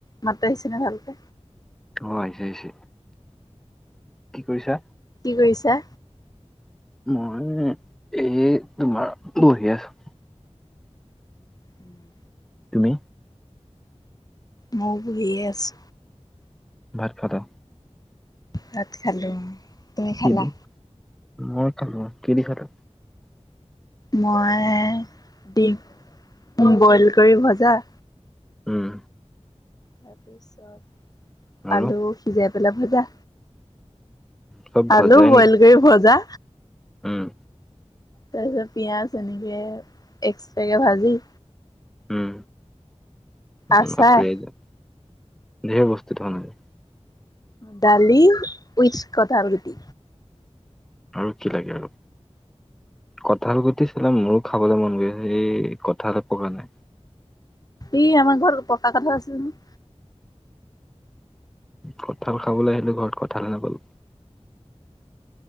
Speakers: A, on the left; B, in the centre.
A: মাত আহিছিনে ভালকে?
B: অ আহিছে আহিছে, কি কৰিছা?
A: কি কৰিছা?
B: মই এই তোমাৰ বহি আছো।
A: উম।
B: তুমি?
A: মই বহী আছো।
B: ভাত খালা?
A: ভাত খালোঁ। তুমি
B: কি
A: খালা?
B: দি, মই খালো। কি দি খালা?
A: মই দিম বইল কৰি ভজা
B: উম।
A: তাৰপিছত
B: আৰু
A: আলু সিজাই পেলাই ভজা।
B: চব
A: আলু
B: ভজাই
A: বইল
B: নি
A: কৰি ভজা।
B: উম।
A: তাৰপিছত পিঁয়াজ এনেকে এক্সট্ৰাকে ভাজি
B: উম,
A: আচাৰ,
B: বাপৰে ঢেৰ বস্তু তাৰমানে আজি।
A: দালি উইটছ কঠাল গুটি।
B: আৰু কি লাগে আৰু। কঁঠাল গুটি চালে মোৰো খাবলৈ মন গৈ আছে, এই কঁঠালে পকা নাই।
A: ই আমাৰ ঘৰত পকা কঠাল আছিল নহয়।
B: কঁঠাল খাবলৈ আহিলো ঘৰত কঁঠালে নাপালো।